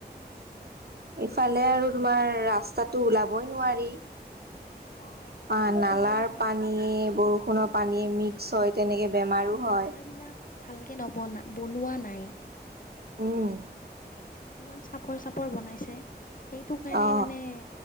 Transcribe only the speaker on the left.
অ',
ৰাস্তাটো
কিমান
আচলতে
<unintelligible> ভালকে নবনাই বনোৱা নাই।
ইমান চাপৰ চাপৰ বনাইছে সেইটো কাৰণে
মানে